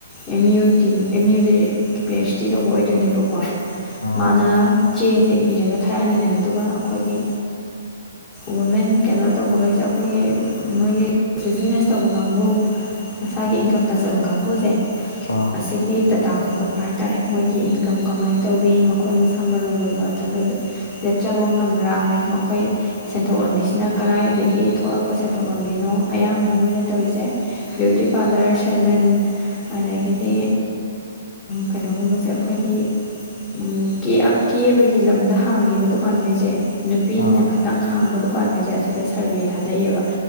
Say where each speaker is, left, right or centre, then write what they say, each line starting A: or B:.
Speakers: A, on the left; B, on the left.
A: ꯑꯦꯝ ꯌꯨꯒꯤ ꯑꯦꯝ ꯌꯨꯗ ꯄꯦꯁꯇꯤ ꯇꯧꯕ ꯑꯣꯏꯗꯣꯏꯅꯦꯕꯀꯣ
B: ꯑꯥ
A: ꯃꯥꯅ꯫ ꯆꯦꯗ ꯏꯔꯒ ꯊꯥꯔꯛꯑꯅꯤꯗꯅ ꯑꯗꯨꯒ ꯑꯩꯈꯣꯏꯒꯤ ꯋꯨꯃꯦꯟ ꯀꯩꯅꯣ꯫ ꯇꯧꯕꯈꯩꯁꯦ ꯑꯩꯈꯣꯏꯒꯤ ꯃꯣꯏꯒꯤ ꯕꯤꯖꯤꯅꯦꯁ ꯇꯧꯕ ꯀꯥꯡꯕꯨ꯫ ꯃꯁꯥꯒꯤ ꯏꯟꯀꯝ ꯇꯥꯖꯕ ꯀꯥꯡꯕꯨꯁꯦ꯫
B: ꯑ꯫
A: ꯑꯁꯤꯒꯤꯒꯤ ꯗꯇꯥ ꯈꯣꯝꯒꯠꯄ ꯍꯥꯏꯇꯥꯥꯔꯦ ꯃꯣꯏꯒꯤ ꯏꯟꯀꯝ ꯀꯃꯥꯏꯅ ꯇꯧꯋꯤ ꯃꯈꯣꯏ ꯃꯁꯥ ꯃꯔꯣꯟꯗ ꯃꯊꯗ꯫ ꯂꯦꯠꯆꯕ ꯉꯝꯕ꯭ꯔꯥ ꯃꯈꯣꯏ ꯁꯦꯟꯊꯣꯛ ꯂꯝꯕꯤꯁꯤꯅ꯫ ꯀꯗꯥꯏꯗꯒꯤ ꯊꯣꯛꯂꯛꯄ ꯁꯦꯟꯗꯣꯛꯂꯝꯕꯤꯅꯣ ꯑꯌꯥꯝꯕꯅ ꯃꯣꯏꯅ ꯇꯧꯔꯤꯁꯦ꯫ ꯕꯌꯨꯇꯤ ꯄꯥꯔꯂꯔ ꯁꯦꯜꯗꯟ ꯑꯗꯒꯤꯗꯤ꯫ ꯀꯩꯅꯣꯒꯨꯝꯕꯖꯦ ꯑꯈꯣꯏꯒꯤ ꯎꯝ ꯀꯦ ꯑ ꯀꯦꯕꯒꯤ ꯂꯝꯗ ꯍꯥꯡꯉꯤꯕ ꯗꯨꯀꯥꯟꯒꯩꯁꯦ ꯅꯨꯄꯤꯅ
B: ꯑꯥ
A: ꯈꯇꯪ ꯍꯥꯡꯕ ꯗꯨꯀꯥꯟꯒꯤꯖꯦ ꯑꯁꯤꯗ ꯁꯔꯚꯦ ꯊꯥꯗꯩꯑꯕ